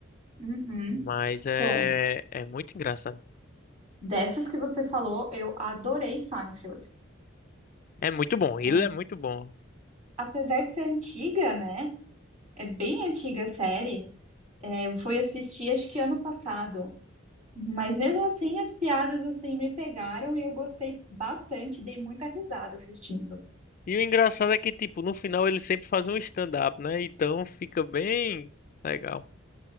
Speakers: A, on the right (about 35°); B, on the left (about 40°).
A: uhum.
B: Mas é.
A: Bom,
B: É muito engraçado.
A: dessas que você falou, eu adorei Seinfeld.
B: É muito bom, ele
A: É,
B: é muito bom.
A: Apesar de ser antiga, né? É bem antiga a série. é, eu fui assistir acho que ano passado. Mas mesmo assim, as piadas assim me pegaram e eu gostei bastante, dei muita risada assistindo.
B: E o engraçado é que, tipo, no final ele sempre faz um stand-up, né? Então fica bem legal.